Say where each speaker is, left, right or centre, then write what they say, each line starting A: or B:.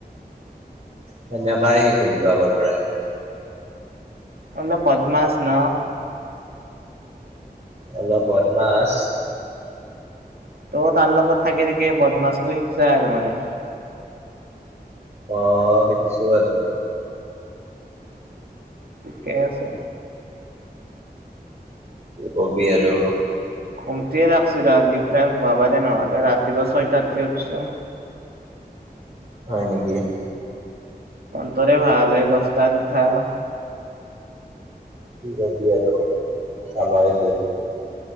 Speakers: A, on the right; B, on the right.
A: সেনেকাই সি সেই চলিতো আগৰ পৰাই।
B: অলপ বদমাছ ন।
A: অলপ বদমাছ।
B: তয়ো তাৰ লগত থাকি, থাকি বদমাছটো শিকছা আৰু মানে।
A: অ', শিকছো আৰু।
B: থিকে আছে।
A: কি কবি আৰু।
B: ঘুমটিয়ে লাগছি ৰ, ডিপৰা ঘুমাবাৰেয়ে নহলে, ৰাতিপুৱা ছয়টাতে উঠছো।
A: হয় নেকি?
B: তন্তৰে ভাল এই দচতাত উঠা।
A: কি কবি আৰু আমাৰে দিন।